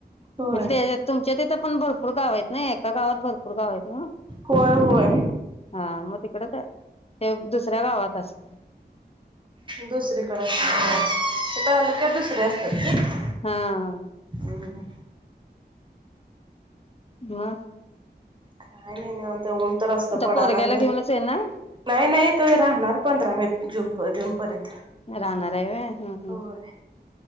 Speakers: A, on the right (about 30°); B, on the left (about 35°).
A: होय
B: म्हणजे त्याज्यात तुम त्या तीथं पण भरपूर गाव आहेत ना? एका गावात भरपूर गाव आहेत ना?
A: होय होय
B: हा मग तिकडच हाय ते दुसऱ्या गावात <inaudible>
A: दुसरीकड अस <inaudible> त्या तालुक्यात दुसऱ्या असतात ग
B: हां
A: हुं हुं
B: हा
A: काय नाय निवांत आहे ऊन ऊन तर असल
B: आता
A: पडाय
B: पोरग्याला
A: लागलयं,
B: घेऊनच आहे ना
A: नाही नाही तु राहणार पंधरा मे जून प जून पर्यंत
B: राहणार हाय व्हय हुंं हुं
A: होय